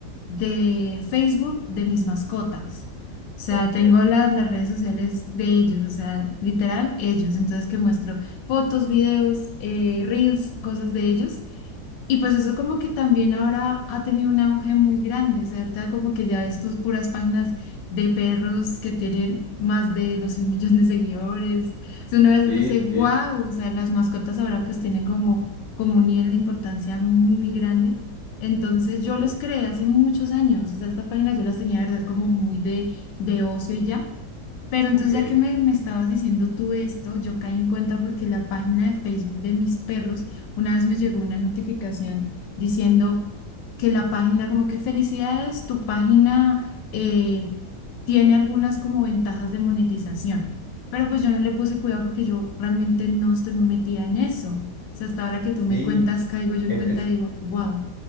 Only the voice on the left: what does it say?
de Facebook de mis mascotas. O sea,
tengo la- las redes sociales de ellos, o sea, literal, ellos. Entonces, que muestro fotos, videos, eh, reels, cosas de ellos. Y pues eso como que también ahora ha tenido un auge muy grande, ¿cierto? Como que ya ves tus puras páginas de perros que tienen más de, no sé, un millón de seguidores. O sea, uno a veces
dice,
wow,
o sea, las mascotas ahora pues tienen como, como un nivel de importancia muy grande. Entonces yo
los creé hace muchos años, o sea, estas páginas yo las tenía, de verdad, como muy de, de ocio y ya. Pero entonces
ya que me, me estabas diciendo tú esto, yo caí en cuenta porque la página de Facebook de mis perros, una vez me llegó una notificación diciendo que la página, como que felicidades, tu página eh, tiene algunas como ventajas de monetización. Pero pues yo no le puse cuidado porque yo realmente no estoy muy metida en eso. O sea, hasta ahora que tú
me cuentas, caigo yo en
cuenta
y digo, wow.